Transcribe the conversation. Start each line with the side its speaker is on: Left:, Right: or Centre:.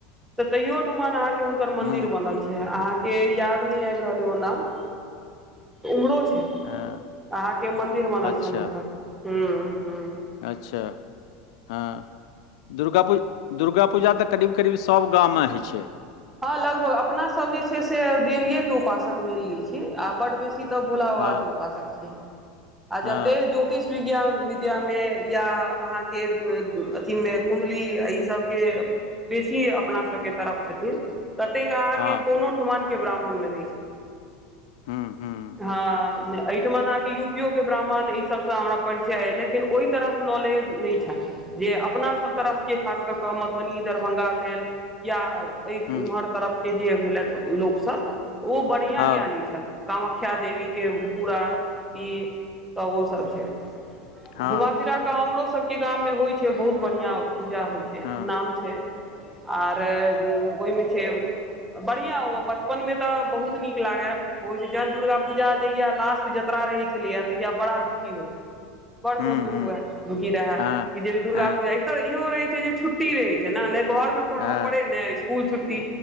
Centre: तऽ तैयो ठमन अहाँके हुनकर मंदिर
Left: हूँ
Centre: बनल छै आ- के याद नहि आबि रहल अय ओ नाम उमहरो छै। अहाँके
Left: हँ
Centre: मन्दिर बनल
Left: अच्छा
Centre: छैन हुनकर हुं हुं।
Left: अच्छा, हां। दुर्गा पूज, दुर्गा पूजा तऽ करीब करीब सब गाममे होइ छैय।
Centre: हँ लगभग, अपना सब जे छै से देवीएके उपासक मैनली छी आ बड बेसी त भोला बाबा
Left: हँ
Centre: के उपासक छी आ
Left: हँ
Centre: जते जोतिष विज्ञान विद्यामे या अहाँके अथिमे कुण्डली एहि सबके। बेसी अपनासब के तरफ छथिन। ततेक अहाँके
Left: हँ
Centre: कोनो ठामनके ब्राह्मणमे नय छन्हि।
Left: हुँ हुँ
Centre: हांँ जे। एहिठाम अहाँके यूपीओ के ब्राह्मण ई सभसँ हमरा परिचय अइ लेकिन ओहि तरहक नॉलेज नैय छैन। जे अपना सभ तरफके खास कऽ के मधुबनी दरभंगा भेल या अइ
Left: हुँ
Centre: इमहर तरफके जे भेलथि लोक सब ओ बढ़िआँ
Left: हँ
Centre: ज्ञानी छैथ। कामाख्या देवीके पूरा ई त ओ सब छै।
Left: हँ
Centre: घुमा फिरा कऽ हमरो सबके गाम मे होइ छै बहुत बढ़िया पूजा होइ छै
Left: हँ
Centre: नाम छै छै आर ओहिमे छै बढ़िआँ ओ, बचपनमे तऽ बहुत नीक लागय। होइ छै जखन दुर्गा पूजा जहिया लास्ट जत्रा रहैय छलैए तहिया बड़ा दुखी होइ। बड़
Left: हुँ
Centre: मोन दुःख
Left: हुँ
Centre: हुए दुखी रहै
Left: हँ
Centre: कि जे दुर्गा
Left: हँ
Centre: पूजा तऽ इहो रहै छै जे छुट्टी रहै छै न नहि घरमे पढ़अ
Left: हँ
Centre: पड़ै ने स्कुल छुट्टी